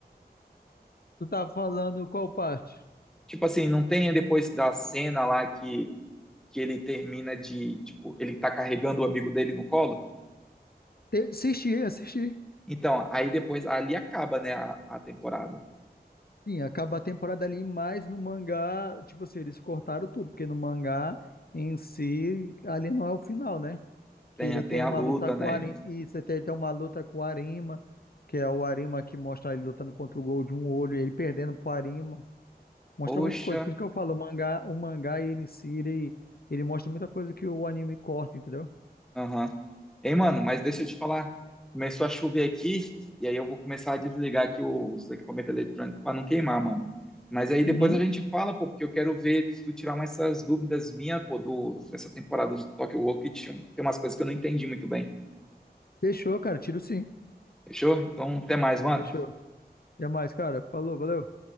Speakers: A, on the left; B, in the centre.
A: Tu tá falando qual parte?
B: Tipo assim, não tem depois da cena lá que que ele termina de, tipo, ele tá carregando o amigo dele no colo?
A: Te- Assisti, assisti.
B: Então, aí depois ali acaba, né, a, a temporada.
A: Sim, acaba a temporada ali, mas no mangá, tipo assim, eles cortaram tudo, porque no mangá em si, ali não é o final, né?
B: Tem,
A: que ele
B: a- tem
A: tem
B: a
A: uma
B: luta,
A: luta com
B: né?
A: o Arima, e você tem, ele tem uma luta com o Arima, que é o Arima que mostra ele lutando contra o Gol de um olho, ele perdendo pro Arima. Mostra
B: Poxa,
A: muita coisa. Por isso que eu falo, o mangá, o mangá ele em si, ele, ele mostra muita coisa que o anime corta, entendeu?
B: aham. Ei, mano, mas deixa eu te falar. Começou a chover aqui, e aí eu vou começar a desligar aqui os equipamentos eletrônicos para não queimar, mano. Mas aí
A: Uhum.
B: depois a gente fala, pô, porque eu quero ver se tu tirar umas essas dúvidas minhas, pô, do, dessa temporada do Tokyo Rock, que tinha- tem umas coisas que eu não entendi muito bem.
A: Fechou, cara. Tiro sim.
B: Fechou? Então, até mais, mano.
A: Fechou. Até mais, cara. Falou, valeu.